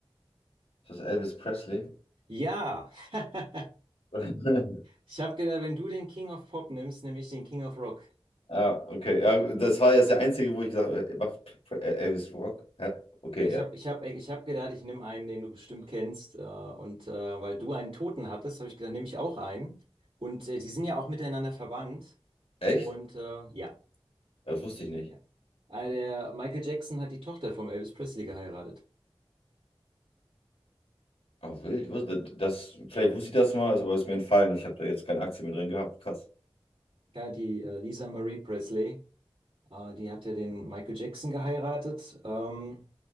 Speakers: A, on the left; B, on the right.
A: Ist das Elvis Presley?
B: ja. <laughs>
A: <laughs>
B: Ich habe gedacht, wenn du den King of Pop nimmst, nehme ich den King of Rock.
A: Ah, okay. Ja, das war jetzt der einzige, wo ich gesagt habe, äh, macht Elvis Rock? Hä? Okay,
B: Ja, ich
A: ja.
B: habe ich hab, ich hab gedacht, ich nehme einen, den du bestimmt kennst. Äh, und äh, weil du einen Toten hattest, habe ich gedacht, nehme ich auch einen. Und äh, die sind ja auch miteinander verwandt.
A: Echt?
B: Und äh, ja,
A: Das wusste ich nicht.
B: ja. Äh, der Michael Jackson hat die Tochter vom Elvis Presley geheiratet.
A: Ah, wild. Wus- Das, das- vielleicht wusste ich das mal, ist aber ist mir entfallen. Ich habe da jetzt keine Aktie mehr drin gehabt. Krass.
B: Ja, die äh, Lisa Marie Presley. Äh, die hatte den Michael Jackson geheiratet ähm,